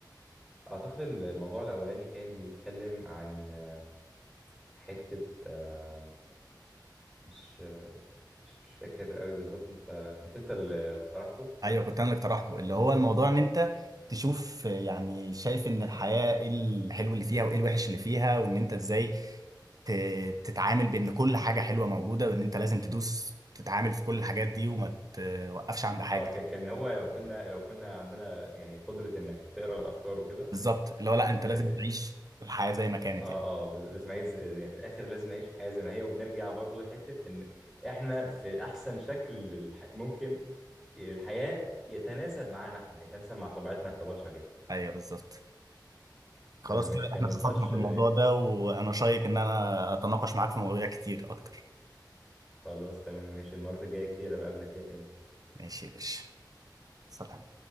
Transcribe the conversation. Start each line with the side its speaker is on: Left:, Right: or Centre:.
Centre: اعتقد ال- الموضوع الاولاني كان بيتكلم عن آه، حتة آه، مش آه، مش مش فاكر قوي بالظبط انت كنت انت اللي اقترحته
Right: ايوه كنت انا اللي اقترحته اللي هو الموضوع ان انت تشوف يعني شايف ان الحياة ايه الحلو اللي فيها وايه الوحش اللي فيها وان انت ازاي ت- تتعامل بان كل حاجة حلوة موجودة وان انت لازم تدوس تتعامل في كل الحاجات دي وما توقفش عند حاجة
Centre: اه ك- كان هو لو كنا لو كنا عندنا يعني قدرة انك تقرا الافكار وكده
Right: بالظبط اللي هو لا انت
Centre: آه،
Right: لازم تعيش الحياة زي ما كانت
Centre: اه
Right: يعني
Centre: اه بز- لازم نعيش زي- يعني في الاخر لازم نعيش الحياه زي ما هي وبنرجع برضو لحته ان احنا في احسن شكل للح- ممكن الحياه يتناسب معانا احنا يتناسب مع طبيعتنا كبشر يعني
Right: ايوه بالظبط خلاص
Centre: تمام مش
Right: كده
Centre: كان
Right: احنا اتفقنا
Centre: نقاش
Right: في الموضوع
Centre: آه،
Right: ده وانا شايك ان انا اتناقش معاك في مواضيع كتير اكتر
Centre: خلاص تمام ماشي المرات الجايه كتير بقابلك فيها تاني
Right: ماشي يا باشا سلام